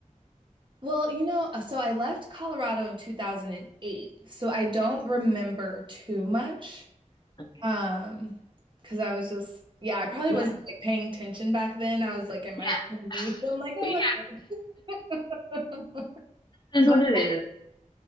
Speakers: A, on the right; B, on the left.
A: well, you know, uh, so I left Colorado in 2008. So I don't remember too much.
B: Okay.
A: Um, because I was just yeah, I probably
B: Yeah,
A: wasn't like paying attention back then. I was like in
B: yeah,
A: my 20s. I'm like, oh,
B: yeah.
A: whatever. <laughs>
B: It is
A: But
B: what it is.